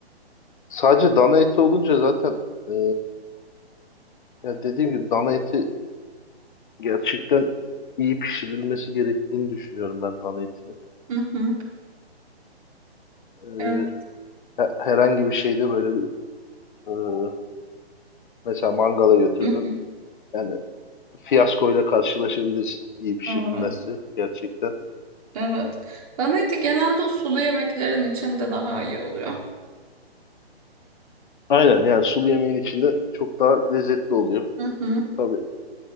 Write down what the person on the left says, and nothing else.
Sadece dana eti olunca zaten ee, ya dediğim gibi dana eti gerçekten iyi pişirilmesi gerektiğini düşünüyorum ben dana etini.
Ee,
he- herhangi bir şeyde böyle bir Ee, mesela mangala götürdüm
Yani fiyaskoyla karşılaşabilirsin iyi pişirilmezse
gerçekten.
Aynen yani sulu yemeğin içinde çok daha lezzetli oluyor.
Tabii